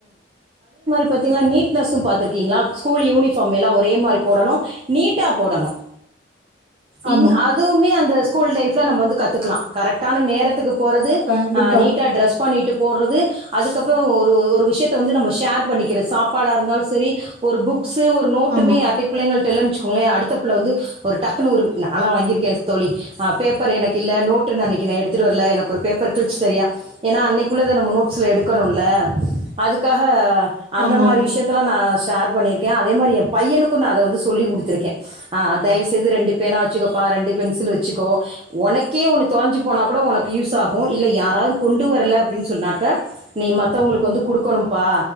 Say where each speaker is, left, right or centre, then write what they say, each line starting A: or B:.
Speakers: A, on the right; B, on the right.
A: பாத்தீங்கலா நீட்னஸ் பாத்திருக்கீங்ளா ஸ்கூல் யூனிஃபார் எல்லா ஒரே மாரி போடணு நீட்டா போடணு இ
B: ஆமா
A: அதுவுமே அந்த ஸ்கூல் லைப் <unintelligible> நம்ம வந்து கத்துக்கலா கரெக்டான நேரதுக்குப் போறது
B: கண்டிப்பா
A: அ நீட் பண்ணிட்டு போறது அதுக்கப்புறோ ஒரு ஒரு விஷயத்த வந்து நம் ஷேர் பண்ணிக்கிற சாப்பாடா இருந்தாலு செரி ஒரு புக் க்சு ஒரு நோட்டுமே
B: ஆமா
A: யார்ட்டப் பிள்ளைங்கள்ட தர்லன்னு வெச்சுகோங்களே அடுத்த புல்ல வந்து ஒரு டக்குனு ஒரு நாளா வாங்கிருக்கே தோழி அ பேப்பர் எனக்கு இல்ல நோட்டு நா அன்னைக்கு எடுத்துட்டு வரல எனக்கு ஒரு பேப்பர் கில்ச்சு தரியா ஏன்னா அன்னைக்குள்ளத நம்ம நோட்ஸ்ல எடுக்கணுல்ல அதுக்காக அந்த
B: ஆமா
A: மாதிரி
B: ஆமா
A: விஷயத்தால நா சேர் பண்ணியிருக்கே அதே மாதிரி என் பையனுக்கு நா அதை வந்து சொல்லி கொடுத்துருக்கே ஆ தயவுசெய்து ரெண்டு பேனா வச்சுக்கப்பா ரெண்டு பென்சில் வச்சுக்கோ உனக்கே ஒன்னு தொலைஞ்சி போனாக் கூட உனக்கு யூஸாகு இல்ல யாராவது கொண்டு வரல அப்புடின்னு சொன்னாக்க நீ மத்தவங்களுக்கு வந்து குடுக்கணும்பா